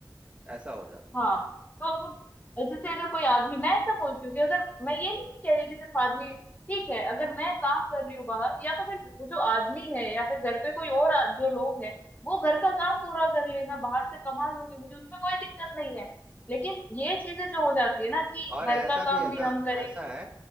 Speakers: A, on the right (about 15°); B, on the left (about 20°).
A: ऐसा हो जाता है
B: हाँ तो अगर जैसे अगर कोई आदमी मैं ऐसा बोलती हूँ कि अगर मैं ये नहीं कह रही कि सिर्फ आदमी ठीक है अगर मैं काम कर रही हूँ बाहर या तो फिर जो आदमी है या फिर घर पे कोई और आ- जो लोग हैं वो घर का काम पूरा कर ले मैं बाहर से कमा लूंगी मुझे उसमें कोई दिक्कत नहीं है लेकिन ये चीजें जो हो जाती है ना कि
A: और
B: घर
A: ऐसा
B: का
A: भी
B: काम
A: है
B: भी
A: ना
B: हम करें
A: ऐसा है